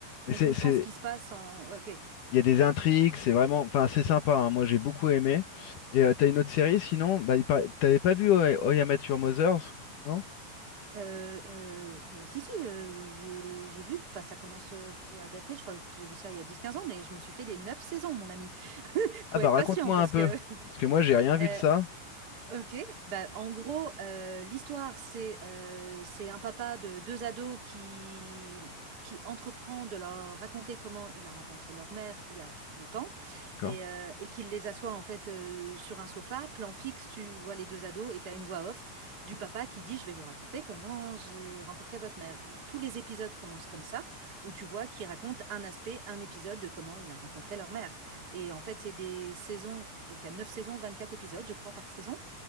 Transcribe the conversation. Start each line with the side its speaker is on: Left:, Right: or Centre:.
Left: Mais
Right: on
Left: c'est,
Right: comprend
Left: c'est...
Right: ce qui se passe en. Ok.
Left: Il
Right: D'accord.
Left: y a des intrigues, c'est vraiment... Enfin, c'est sympa, hein. Moi, j'ai beaucoup aimé. Et euh, t'as une autre série, sinon... Bah, il par- T'avais pas vu How I How I Met Your Mothers, non?
Right: Euh, euh, euh, si, si, euh, j'ai j'ai vu, enfin ça commence euh, à dater, je crois que j'ai vu ça il y a dix quinze ans, mais je me suis fait les 9 saisons, mon ami. faut
Left: Ah bah,
Right: être
Left: raconte-moi
Right: patient parce
Left: un peu.
Right: que
Left: Parce que moi, j'ai rien vu
Right: euh,
Left: de ça.
Right: Ok, bah, en gros, euh, l'histoire, c'est euh, c'est un papa de deux ados qui, qui entreprend de leur raconter comment il a rencontré leur mère il y a longtemps
Left: D'accord,
Right: et, euh, et qu'il les assoit en fait euh, sur un sofa, plan fixe, tu vois les deux ados et tu as une voix off du papa qui dit, je vais vous raconter comment j'ai rencontré votre mère. Et tous les épisodes commencent comme ça, où tu vois qu'il raconte un aspect, un épisode de comment il a rencontré leur mère. Et en fait, c'est des saisons, donc il y a neuf saisons, 24 épisodes, je crois, par saison